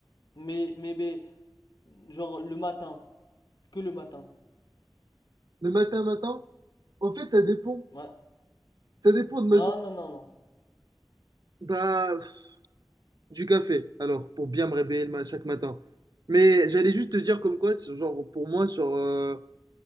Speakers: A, on the left; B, on the right.
A: Mais, mais, mais, genre le matin, que le matin.
B: Le matin, matin, en fait, ça dépend.
A: Ouais.
B: Ça dépend de ma
A: Non,
B: journée.
A: non, non, non.
B: Bah, pff, du café, alors, pour bien me réveiller le ma- chaque matin. Mais j'allais juste te dire comme quoi, c'est genre, pour moi, sur euh,